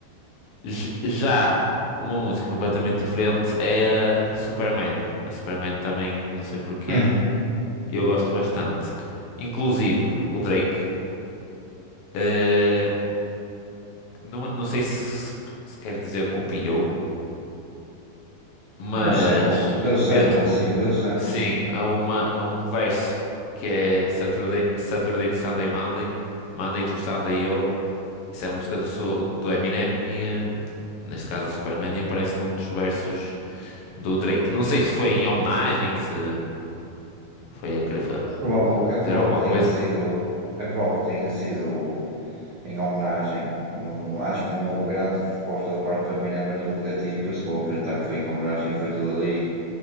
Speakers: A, on the left; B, on the right.
A: J- Já uma música completamente diferente é a Superman. A Superman também, não sei porquê,
B: Hum,
A: eu gosto bastante. Inclusive o Drake, eh, não, não sei se, se quer dizer copiou, mas
B: deu sample, deu sample,
A: <laughs>
B: sim, deu sample,
A: Sim,
B: sim.
A: há uma, há um verso que é Saturday, Saturday to Sunday Monday, Monday to Sunday Yo. Isso é a música do, Su- do Eminem e, hum, neste caso, do Superman, e aparece num dos versos do Drake. Não sei se foi em homenagem, se foi a querer fa-
B: É provável, que- é
A: dizer
B: provável
A: alguma
B: que tenha
A: coisa.
B: sido, é provável que tenha sido em homenagem. Não, acho que não houve grande resposta da parte do Eminem a nível negativo, por isso vou acreditar que foi em homenagem e foi tudo ali